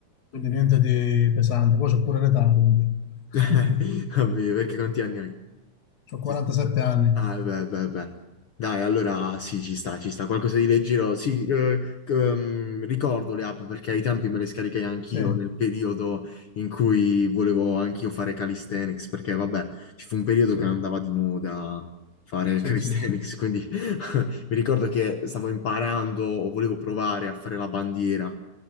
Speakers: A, on the left; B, on the left.
A: Quindi niente di pesante. Poi c'ho pure l'età, quindi. <laughs>
B: <laughs> Ovvio, perché quanti anni hai?
A: Ho 47
B: Sì, sì.
A: anni.
B: Ah, beh, beh, beh. Dai, allora sì, ci sta, ci sta. Qualcosa di leggero. Sì, eh, c- ehm, ricordo le app perché ai tempi me le scaricai anch'io
A: Sì,
B: nel periodo in cui volevo anch'io fare calisthenics, perché vabbè, ci fu un periodo
A: sì,
B: che andava di moda fare
A: sì,
B: calisthenics,
A: sì, sì.
B: quindi <laughs> mi ricordo che stavo imparando o volevo provare a fare la bandiera.